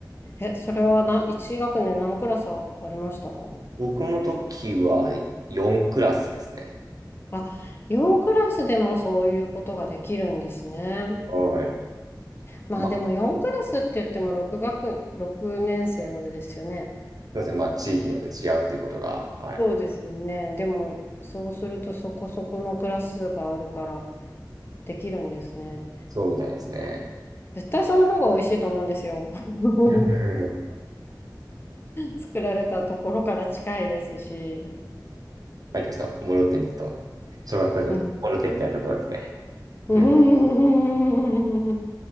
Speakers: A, on the left; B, on the right.
A: ええ、それはな、1学年何クラスありました
B: 僕の時は4クラスですね。
A: あ、4クラスでもそういうことができるんですね。
B: はい。
A: まあでも4クラスって言っても6学、
B: まあ、す
A: 6年生までですよね。
B: みません。まあ、地域によって違うということが、はい、
A: そうですよね。でもそうするとそこそこのクラスがあるからできるんですね。
B: そうみたいですね。
A: 絶対その方が美味しいと思うんですよ。<laughs>
B: うん
A: 作られたところから近いですし。
B: まあ、一回ちょっと、諸手にと、小学校時代、
A: うん。
B: 諸手みたいなところですね。
A: うん
B: うん